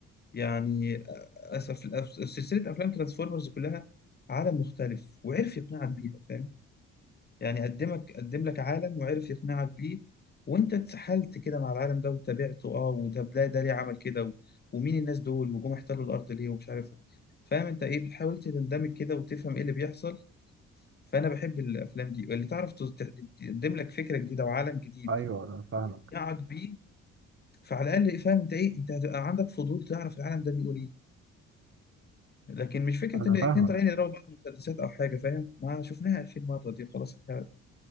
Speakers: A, on the left (about 35°); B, on the right (about 45°).
A: يعني اسف أف- سلسله افلام ترانسفورمرز كلها عالم مختلف وعرف يقنعك بيها فاهم يعني قدمك قدم لك عالم وعرف يقنعك بيه وانت اتسحلت كده مع العالم ده وتابعته اه وطب ده ده ليه عمل كده و- ومين الناس دول وجم احتلوا الارض ليه ومش عارف إيه. فاهم انت ايه بتحاول تندمج كده وتفهم ايه اللي بيحصل فانا بحب الافلام دي اللي تعرف تز- تقدم لك فكره جديده وعالم جديد
B: ايوه انا فاهمك
A: يقنعك بيه فعلى الاقل فاهم انت ايه انت هتبقى عندك فضول تعرف العالم ده بيقول ايه لكن مش فكره
B: انا
A: ان الاتنين
B: فاهمك
A: طالعين يضربوا بعض مسدسات او حاجه فاهم ما شفناها 2000 مره دي خلاص اتهرت.